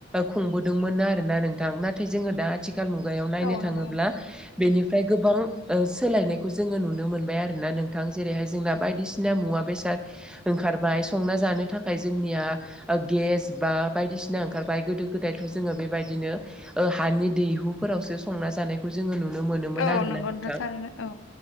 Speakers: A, in the centre; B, on the left (about 85°).
A: खुंबोदोंमोन आरोना नोंथां नाथाय जोङो दा आथि थिखाल मुगायाव नायनो
B: औ नंगौ
A: थाङोब्ला
B: नोंथां
A: बेनिफ्राय गोबां ओ सोलायनायखौ जोङो नुनो मोनबाय आरोोना नोंथां जेरैहाय जोंना बायदिसिना मुवा बेसाद ओंखारबाय संना जानो थाखाय जोंनिया गेस बा बायदिसिना ओंखार बाय गोदो गोदायथ' जोङो बेबायदिनो हानि दैहुफोरावसो ओ संना जानाय नुनो मोनोमोन
B: औ
A: आरोना
B: नंगौ
A: नोंथां
B: थारैनो औ